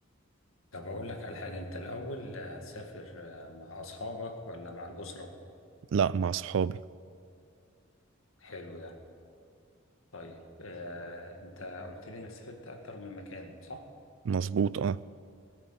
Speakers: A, on the left (about 80°); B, on the right (about 65°).
A: طب اقول لك على حاجة انت الاول هتسافر مع اصحابك ولا مع الاسرة
B: لا مع صحابي
A: حلو ده طيب اه انت قلت لي انك سافرت اكتر من مكان صح
B: مظبوط اه